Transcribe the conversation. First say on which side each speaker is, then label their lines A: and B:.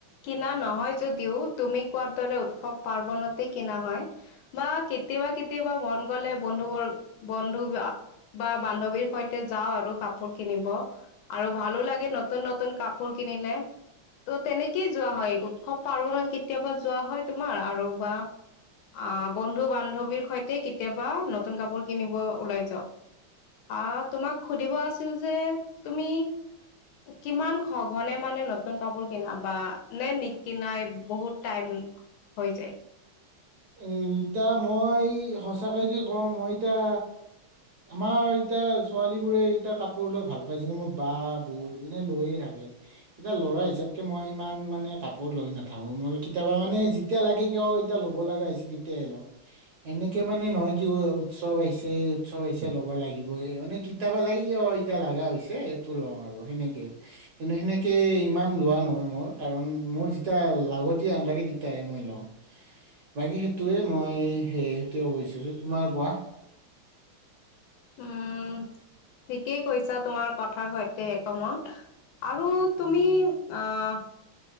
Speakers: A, on the left; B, on the right.
A: কিনা নহয় যদিও, তুমি কোৱাৰ দৰে উৎসৱ পাৰ্বনতে কিনা হয়। বা কেতিয়াবা, কেতিয়াবা মন গ'লে বন্ধু বৰ্গ, বন্ধু বা বা বান্ধৱীৰ সৈতে যাওঁ আৰু কাপোৰ কিনিব। আৰু ভালো লাগে নতুন, নতুন কাপোৰ কিনিলে। ত' তেনেকেই যোৱা হয়, উৎসৱ পাৰবনত কেতিয়াবা যোৱা হয়, তোমাৰ আৰু বা অ', বন্ধু বান্ধৱীৰ সৈতে নতুন কাপোৰ কিনিব ওলাই যাওঁ। আহ, তোমাক সুধিব আছিল যে, তুমি কিমান সঘনে মানে নতুন কাপোৰ কিনা বা নে নিকিনাই বহুত টাইম হৈ যায়।
B: উম, এতিয়া মই সঁচাকে যদি কওঁ, মই এতিয়া আমাৰ এতিয়া ছোৱালী বোৰে, এতিয়া কাপোৰ লৈ ভাল পায়, যেনে মোৰ বা বৌ এনে লৈয়ে থাকে। এতিয়া ল'ৰা হিচাপকে মই ইমান মানে কাপোৰ লৈ নাথাকো, মোৰ কেতিয়াবা মানে যেতিয়া লাগে কিয় টা ল'ব লগা হৈছে তেতিয়াহে লওঁ। এনেকে মানে নহয় কি উৎসৱ আহিছে, উৎসৱ আহিছে ল'ব লাগিবই, মানে কি কেতিয়াবা লাগে কি অ', এতিয়া লগা হৈছে এইটো লওঁ আৰু সেনেকে। কিন্তু সেনেকে ইমান লোৱা নহয় মোৰ, কাৰণ মোৰ যেতিয়া লাগতিয়া হেন লাগে তেতিয়াহে মই লওঁ। বাকী সেইটোৱে মই, সেইটোৱে কব বিচাৰিছো, তোমাৰ কোৱা।
A: উম, ঠিকেই কৈছা তোমাৰ কথাৰ সৈতে একমত। আৰু তুমি আহ